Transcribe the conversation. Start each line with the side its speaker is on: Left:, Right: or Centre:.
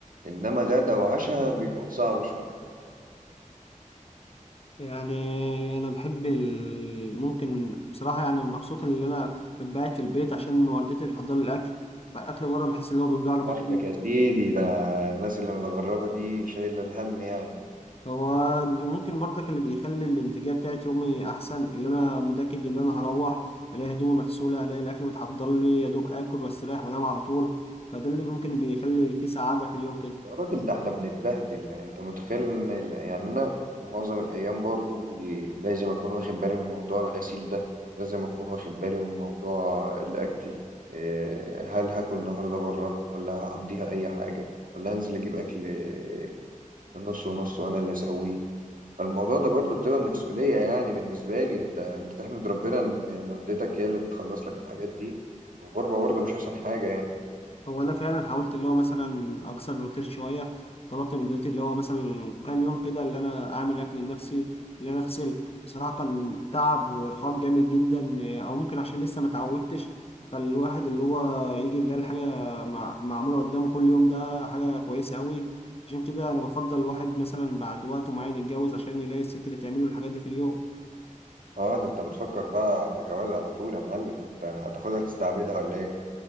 Right: انما غدا وعشاء بيكون صعب شويه
Left: يعني انا بحب ال... ممكن بصراحه يعني مبسوط ان انا ببعت في البيت عشان والدتي بتحضر لي الاكل اكل بره بحس ان هو بيوجع له
Right: يا
Left: بطني
Right: بختك يا سيدي ده الناس اللي متغربه دي شايله الهم يعني
Left: هو وممكن برضك اللي بيخلي الانتاجيه بتاعت يومي احسن اللي انا متاكد ان انا هروح الاقي هدومي مغسوله الاقي الاكل متحضر لي يا دوب اكل واستريح وانام على طول فده اللي ممكن بيخلي فيه سعاده في اليوم كده
Right: يا راجل ده احنا بنتبهدل يعني انت متخيل ان ال- يعني انا معظم الايام برضو بي- لازم اكون واخد بالي من موضوع الغسيل ده لازم اكون واخد بالي من موضوع الاكل إيه، هل هاكل النهارده بره ولا هقضيها اي حاجه ولا هنزل اجيب اكل إيه، نص ونص وانا اللي اسويه فالموضوع ده برضو بتبقى مسؤوليه يعني بالنسبه لي انت انت تحمد ربنا ان والدتك هي اللي بتخلص لك الحاجات دي والغربه برضو مش احسن حاجه يعني
Left: هو انا فعلا حاولت اللي هو مثلا اكسر الروتين شويه طلبت من دلوقتي اللي هو مثلا كام يوم كده اللي انا اعمل اكل لنفسي اللي انا اغسل بصراحه كان تعب وارهاق جامد جدا آه، او ممكن عشان لسه ما اتعودتش فالواحد اللي هو يجي يلاقي الحاجه مع- معموله قدامه كل يوم ده حاجه كويسه قوي عشان كده انا بفضل الواحد مثلا بعد وقت معين يتجوز عشان يلاقي الست اللي تعمله الحاجات دي في اليوم
Right: اه ده انت بتفكر بقى على جواز على طول يا معلم انت هتاخدها تستعبدها ولا ايه